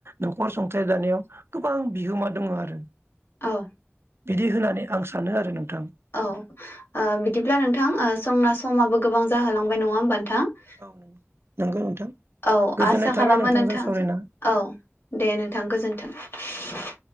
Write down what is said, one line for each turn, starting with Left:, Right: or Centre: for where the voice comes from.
Right: न'खर संसार जानायाव गोबां बिहोमा दङ आरो
Left: औ ओ
Right: बिदि होननानै आं सानो आरो नों
Left: औ ओ बिदिब्ला नोंथां संना समाबो गोबां जाहोलांबाय नङा होमबा नोंथां?
Right: औ
Left: <inaudible>
Right: नंगौ नोंथां
Left: औ
Right: गोजोननाय
Left: आसा
Right: थाबाय
Left: खालामो
Right: नोंथांजों
Left: नोंथां
Right: सावरायना।
Left: औ दे नोंथां गोजोन्थों ।